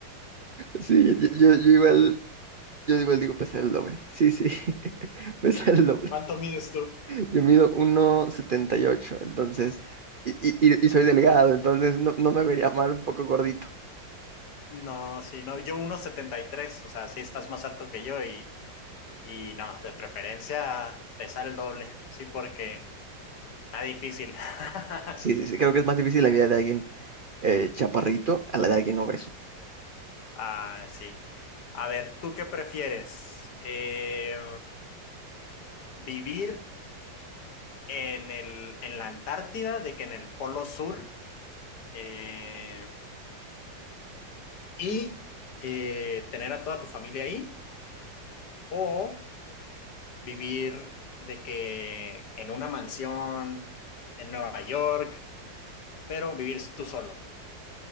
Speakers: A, on the right; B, on the left.
A: Sí, yo, yo- yo igual, yo igual digo pesar el doble. Sí, sí, <laughs> pesar el doble.
B: ¿Cuánto mides tú?
A: Yo mido 1,78, entonces, y, y, y y soy delgado, entonces no, no me vería mal un poco gordito.
B: No, sí, no, yo uno setenta y tres. o sea, sí estás más alto que yo y, y no, de preferencia pesar el doble, sí, porque está difícil. <laughs>
A: Sí, sí, sí, creo que es más difícil la vida de alguien eh, chaparrito a la de alguien obeso.
B: Ah, sí. A ver, ¿tú qué prefieres? Eh, ¿vivir en el, en la Antártida de que en el Polo Sur? Eh, y eh, tener a toda tu familia ahí o vivir de que en una mansión en Nueva York, pero vivir tú solo.